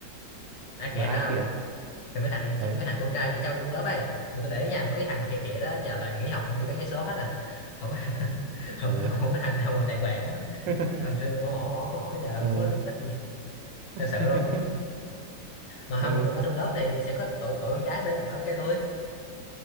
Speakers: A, on the left; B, on the right.
A: ai
B: mà
A: khịa
B: ai
A: hả không
B: kìa
A: thì mấy thằng chung
B: ừ
A: mấy thằng con trai dễ trâu chung lớp ấy mà tôi để ý nha mấy cái thằng mà khịa khịa đó giờ toàn nghỉ học đi bán vé số hết rồi <laughs> không có thằng- <laughs> không,
B: ừ
A: không có thằng nào mà đàng hoàng á
B: <laughs>
A: thằng xưa mỏ mỏ mỏ cái mỏ giờ
B: ừ
A: không có được trách gì
B: <laughs>
A: thật sự luôn mà
B: ừ
A: không lúc ở trong lớp thì sẽ có tụi tụi con gái bê- bảo kêu tôi